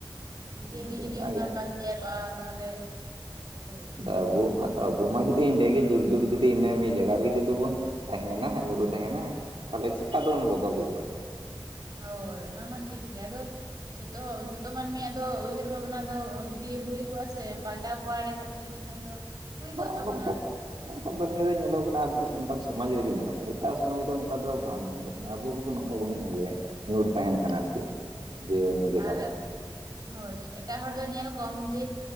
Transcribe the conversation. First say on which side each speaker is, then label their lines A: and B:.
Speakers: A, on the right (about 50°); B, on the right (about 85°).
A: ᱱᱤᱡ
B: ᱟᱫᱚ
A: ᱜᱮ ᱡᱩᱫᱤ
B: ᱚᱱᱟ
A: ᱚᱝᱠᱟ ᱵᱟᱢ <inaudible> ᱛᱟᱦᱞᱮ ᱪᱤᱠᱟᱹᱛᱮ ᱦᱳᱭᱳᱜ-ᱟ᱾
B: ᱟᱫᱚ ᱟᱵᱚ ᱟᱫᱚ ᱢᱟ ᱡᱩᱫᱤ ᱮᱸᱰᱮᱜᱮ ᱡᱩᱜᱽ ᱡᱩᱜᱽ ᱡᱩᱫᱤ ᱤᱱᱟᱹ ᱢᱤᱫ ᱡᱟᱭᱜᱟ ᱨᱮ ᱜᱮ ᱡᱩᱫᱤ ᱵᱚᱱ ᱛᱟᱸᱦᱮᱱᱟ ᱧᱩᱨᱩ ᱛᱟᱸᱦᱮᱱᱟ ᱛᱟᱦᱚᱞᱮ ᱪᱮᱠᱟ ᱛᱮ ᱵᱚᱱ ᱵᱚᱫᱚᱞ ᱦᱤᱡᱩᱜᱼᱟ?
A: ᱦᱳᱭ, ᱚᱱᱟ ᱢᱟ ᱴᱷᱤᱠ ᱜᱮᱭᱟ ᱟᱫᱚ ᱡᱷᱚᱛᱚ ᱡᱷᱚᱛᱚ ᱢᱟᱹᱱᱢᱤᱭᱟᱜ ᱫᱚ ᱩᱭᱦᱟᱹᱨ ᱵᱷᱟᱵᱽᱱᱟ ᱫᱚ ᱡᱩᱫᱤ ᱦᱩᱭ ᱠᱚᱜ-ᱟ ᱥᱮ ᱯᱟᱞᱴᱟᱣ ᱠᱚᱜ-ᱟ ᱮᱸᱰᱮ ᱠᱷᱟᱡ ᱫᱚ ᱡᱟᱹᱱᱤᱡ ᱠᱷᱟᱡ ᱫᱚ᱾ ᱦᱩᱭ ᱠᱚᱜ
B: ᱦᱚᱸᱜ-ᱚᱭ
A: ᱛᱟᱵᱚᱱᱟ
B: ᱜᱚᱝᱠᱮ᱾ ᱱᱤᱭᱟᱹ ᱫᱚ ᱧᱮᱞᱚᱜ ᱠᱟᱱᱟ ᱟᱵᱚ ᱥᱟᱱᱛᱟᱲ ᱥᱚᱢᱟᱡᱽ ᱨᱮᱜᱮ ᱧᱮᱞᱚᱜ-ᱟ, ᱮᱴᱟᱜ ᱥᱚᱢᱟᱡᱽ ᱨᱮ ᱚᱱᱠᱟ ᱫᱚ ᱵᱟᱝ ᱧᱮᱞᱚᱜ᱾ ᱟᱵᱚ ᱜᱮᱵᱚᱱ ᱱᱚᱝᱠᱟ ᱵᱚᱱ ᱤᱭᱟᱹ ᱭᱟ, ᱧᱩᱨ ᱛᱟᱸᱦᱮᱱ ᱠᱟᱱᱟ ᱟᱨᱠᱤ ᱡᱮ, ᱤᱱᱟᱹ ᱡᱟᱭᱜᱟ
A: ᱟᱨ
B: ᱨᱮᱜᱮ᱾
A: ᱦᱳᱭ, ᱮᱴᱟᱜ ᱦᱚᱲ ᱫᱚ ᱧᱮᱞ ᱠᱚᱢ ᱡᱮ